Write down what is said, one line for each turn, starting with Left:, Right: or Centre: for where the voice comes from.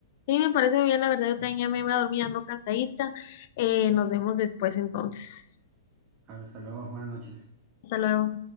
Left: Sí, me parece muy bien, la verdad, yo también ya me voy a dormir, ando cansadita. Eh, nos vemos después entonces.
Right: Hasta luego, buenas noches.
Left: Hasta luego.